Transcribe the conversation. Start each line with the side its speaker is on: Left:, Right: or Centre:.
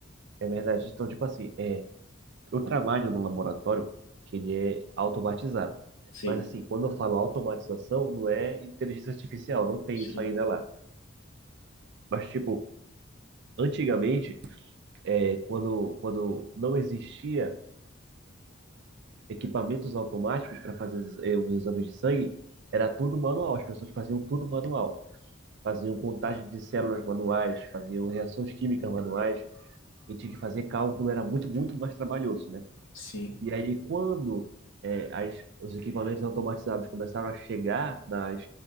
Right: é verdade. Então, tipo assim, é, eu trabalho num laboratório que ele é automatizado.
Left: Sim,
Right: Mas, assim, quando eu falo automatização, não é inteligência artificial, não tem
Left: sim,
Right: isso ainda lá. Mas, tipo, antigamente, é, quando, quando não existia equipamentos automáticos para fazer os exames de sangue, era tudo manual, as pessoas faziam tudo manual. Faziam contagem de células manuais, faziam reações químicas manuais, e tinha que fazer cálculo, era muito, muito mais trabalhoso, né?
Left: sim,
Right: E aí, quando é, as, os equipamentos automatizados começaram a chegar nas,